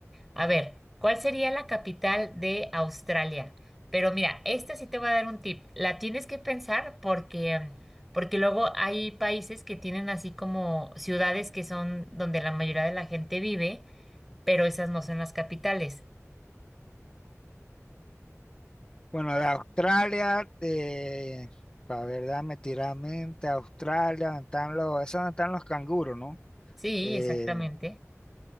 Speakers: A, in the centre; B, on the left.
A: A ver, ¿cuál sería la capital de Australia? Pero mira, esta sí te voy a dar un tip. La tienes que pensar porque, mm, porque luego hay países que tienen así como ciudades que son donde la mayoría de la gente vive, pero esas no son las capitales.
B: Bueno, de Australia, eh, para verdad, me tiramente, Australia, donde están los, eso están los canguros, ¿no?
A: Sí,
B: Eh,
A: exactamente.